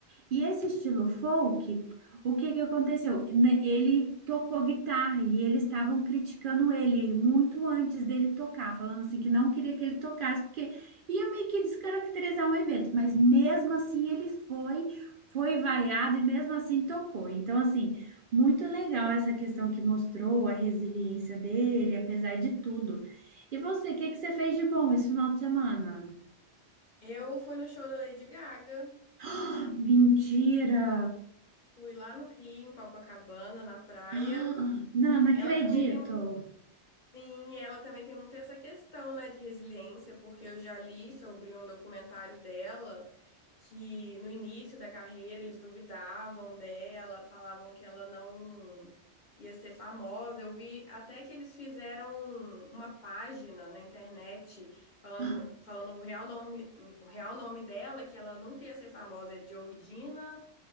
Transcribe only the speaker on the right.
E esse estilo folk, o que que aconteceu? Ne- Ele tocou guitarra e eles estavam criticando ele muito antes dele tocar, falando assim que não queria que ele tocasse, porque ia meio que descaracterizar um evento, mas mesmo assim ele foi, foi vaiado e mesmo assim tocou. Então, assim, muito legal essa questão que mostrou a resiliência dele, apesar de tudo. E você, o que que você fez de bom esse final de semana? <gasps>
Ah, Mentira!
Ah, Não, não
acredito.
<gasps>
Ah,